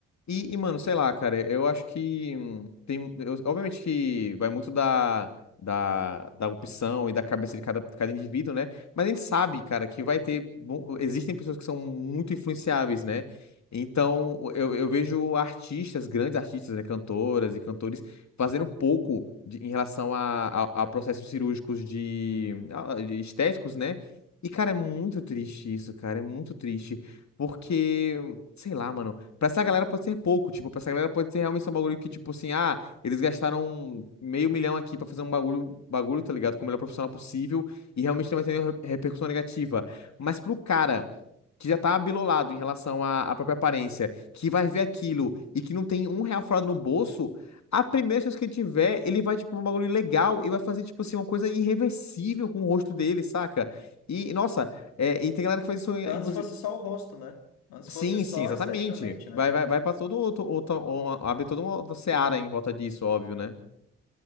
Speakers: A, on the left (about 50°); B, on the left (about 75°).
A: E, e, mano, sei lá, cara, eu acho que hum, tem. eu- obviamente que vai muito da, da, da opção e da cabeça de cada, cada indivíduo, né? Mas a gente sabe, cara, que vai ter. bom, existem pessoas que são muito influenciáveis, né? Então, eu, eu vejo artistas, grandes artistas, né? Cantoras e cantores, fazendo pouco de- em relação a, a, a processos cirúrgicos de, a- de estéticos, né? E, cara, é muito triste isso, cara, é muito triste. Porque, sei lá, mano. Pra essa galera pode ser pouco, tipo, pra essa galera pode ser realmente só um bagulho que, tipo assim, ah, eles gastaram meio milhão aqui pra fazer um bagulho, bagulho, tá ligado? Com o melhor profissional possível e realmente não vai ter nenhuma re- repercussão negativa. Mas pro cara que já tá abilolado em relação à, à própria aparência, que vai ver aquilo e que não tem um real furado no bolso, a primeira chance que ele tiver, ele vai, tipo, num bagulho legal e vai fazer, tipo assim, uma coisa irreversível com o rosto dele, saca? E, nossa, é, e tem galera que faz isso, inclusive
B: Antes fosse só o rosto, né? Antes
A: Sim,
B: fosse só
A: sim, exatamente.
B: esteticamente, né?
A: Vai, vai, vai para todo outro, outro, uma- abre toda uma outra seara em volta disso, óbvio, né?